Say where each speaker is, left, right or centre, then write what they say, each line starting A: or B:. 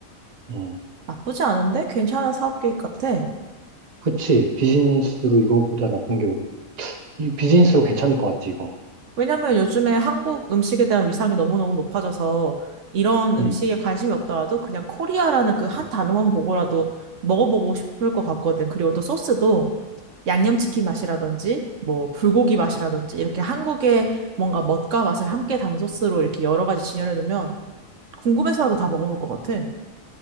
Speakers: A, on the right; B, on the right.
A: 음.
B: 나쁘지 않은데? 괜찮은 사업 계획 같아.
A: 그치. 비즈니스로 이거보다 나쁜 게 없, 이 비즈니스로 괜찮을 것 같지, 이거.
B: 왜냐면 요즘에 한국 음식에 대한 위상이 너무너무 높아져서 이런 음식에
A: 음.
B: 관심이 없더라도 그냥 코리아라는 그 한 단어만 보고라도 먹어보고 싶을 것 같거든. 그리고 또 소스도 양념치킨 맛이라든지 뭐 불고기 맛이라든지 이렇게 한국의 뭔가 멋과 맛을 함께 담은 소스로 이렇게 여러 가지 진열해 놓으면 궁금해서라도 다 먹어볼 것 같아.